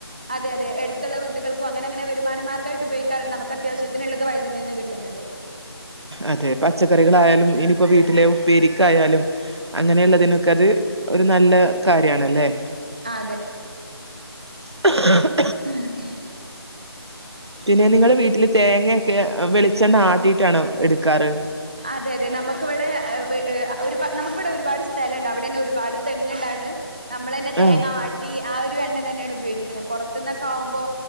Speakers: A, on the right; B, on the right.
A: അതെ അതെ എടുത്തുള്ള വീട്ടുകൾക്കും അങ്ങന അങ്ങനെ വരുമാന മാർഗായിട്ട് ഉപയോഗിക്കാറുണ്ട് നമുക്കത്യാവശ്യത്തിനുള്ളത് വയ്തനെന്ന് കിട്ടും. ഉയോഗിക്കറുണ്ട്മുക്ക്ത്വശ്യനുള്ളത് വൈദ്യനിന്ന് കിട്ടും കിട്ട്ന്ന്ണ്ട്.
B: അതെ പച്ചക്കറികളായാലും ഇനിപ്പോ വീട്ടിലെ ഉപ്പേരിക്കായാലും. അങ്ങനെയുള്ളതിനൊക്കെ അത് ഒരു നല്ല കാര്യണല്ലേ?
A: ആഹ് അതെ.
B: <unintelligible>
A: ആതെ
B: പിന്നെ നിങ്ങള് വീട്ടില് തേങ്ങൊക്കെ ഹ് വെളിച്ചെണ്ണ ആട്ടീട്ടാണോ എടുക്കാറ്?
A: അതെ അതെ നമുക്കിവിടെ ഹ്‌വ് ഏഹ് ഒരുപാ നമുക്കിവിടെ ഒരുപാട് സ്ഥലംണ്ട് അവിടെന്നെ ഒരുപാട് തെങ്ങ് ഉണ്ടായോണ്ട്. നമ്മളെന്നെ തേങ്ങ
B: ആഹ്.
A: ആട്ടി ആ ഒരു എണ്ണ തന്നെയാണ് ഉപയോഗിക്കുന്നത് പൊർത്ത് നിന്നൊക്കെ ആകുമ്പോ.